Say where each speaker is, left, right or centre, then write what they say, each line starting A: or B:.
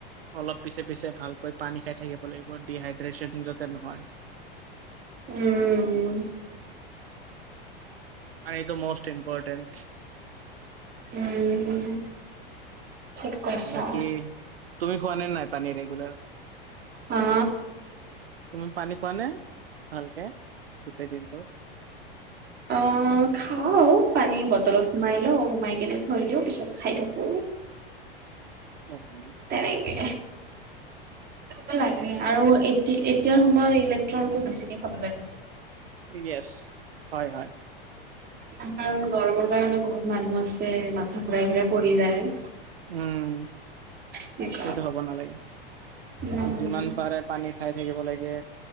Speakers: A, on the right; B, on the right.
A: অলপ পিছে পিছে ভালকৈ পানী খাই থাকিব লাগিব ডিহাইড্ৰেচন যাতে নহয়।
B: উম।
A: আৰু এইটো ম'ষ্ট ইম্পৰৰ্টেণ্ট।
B: উম ঠিক কৈছা।
A: বাকী তুমি খোৱা নে নাই পানী ৰেগুলাৰ?
B: হা
A: তুমি পানী খোৱা নে? ভালকে, গোটেই দিনটো?
B: অ খাও পানী বটলত সোমাই লওঁ সোমাই কেনে থৈ দিওঁ পিছত খাই থাকো।
A: অ অ
B: তেনেকে। খাব লাগে
A: য়েছ
B: আৰু এতি এতিয়াৰ সময়ত ইলেক্ট্ৰনটো বেছিকে খাব লাগে।
A: ইয়েছ, হয় হয়।
B: কাৰণ গৰমৰ কাৰণে বহুত মানুহ আছে মাথা ঘূৰাই ঘূৰাই পৰি যায়।
A: উম,
B: এনেকুৱা
A: সেইটো হ'ব নালাগে,
B: উম
A: যিমান পাৰে পানী খাই থাকিব লাগে,